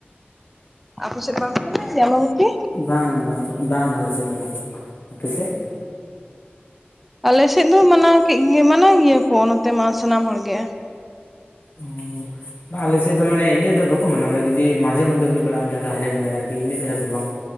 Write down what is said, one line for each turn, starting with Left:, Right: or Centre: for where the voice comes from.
Centre: ᱟᱨᱯ ᱥᱮᱫ ᱨᱮ ᱵᱟᱠᱚ ᱢᱟᱱᱟᱭ ᱜᱮᱭᱟ ᱟᱢᱵᱟᱵᱚᱛᱤ?
Left: ᱵᱟᱝ ᱵᱟᱝ ᱵᱟᱝ ᱟᱞᱮᱥᱮᱫ ᱫᱚ ᱵᱟᱝ ᱟᱯᱮᱥᱮᱫ
Centre: ᱟᱞᱮᱥᱮᱫ ᱫᱚ ᱢᱟᱱᱟᱣ ᱠᱮᱫ ᱜᱮ ᱢᱟᱱᱟᱣ ᱜᱮᱭᱟ ᱠᱚ ᱱᱚᱛᱮ ᱢᱟ ᱥᱟᱱᱟᱢ ᱦᱚᱲᱜᱮ ᱾
Left: ᱦᱩᱸ ᱵᱟᱝ ᱟᱞᱮᱥᱮᱫ ᱦᱚ ᱢᱟᱱᱮ ᱟᱯᱮᱥᱮᱫ ᱟᱞᱮ ᱥᱮᱫ ᱫᱚ ᱢᱟᱱᱮ ᱤᱱᱟᱹᱜ ᱫᱚ ᱵᱟᱠᱚ ᱢᱟᱱᱟᱣᱟ ᱡᱩᱫᱤ ᱢᱟᱡᱷᱮ ᱢᱚᱫᱽᱫᱷᱮ ᱦᱩᱭ ᱵᱟᱲᱟᱜ ᱡᱟᱭᱜᱟ ᱦᱮᱱᱰᱮ ᱟᱨᱠᱤ ᱤᱱᱟᱹᱜ ᱠᱟᱡᱟᱠ ᱫᱚ ᱵᱟᱝ